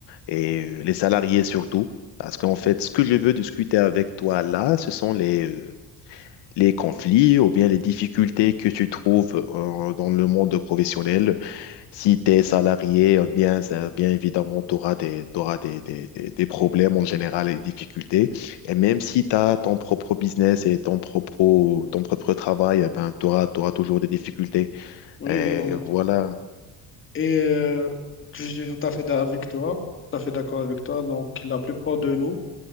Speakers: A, on the left (about 75°); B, on the left (about 30°).
A: et euh, les salariés surtout. Parce qu'en fait, ce que je veux discuter avec toi là, ce sont les, euh, les conflits ou bien les difficultés que tu trouves euh, dans le monde professionnel. Si tu es salarié, euh, bien, ça- bien évidemment, tu auras des, t'auras des, des, des- des problèmes en général et des difficultés. Et même si tu as ton propre business et ton propre, ton propre travail, eh ben, tu auras, toujours des difficultés.
B: Oui,
A: Et
B: oui, on a...
A: voilà,
B: et euh, je suis tout à fait d'a- avec toi, tout à fait d'accord avec toi. Donc, la plupart de nous